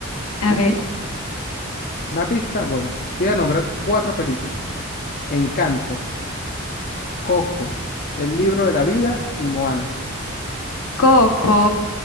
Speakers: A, on the left (about 85°); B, on the left (about 40°).
A: A ver,
B: Una pista, bueno, te voy a nombrar cuatro películas. Encanto, Coco, El libro de la vida y Moana.
A: Coco.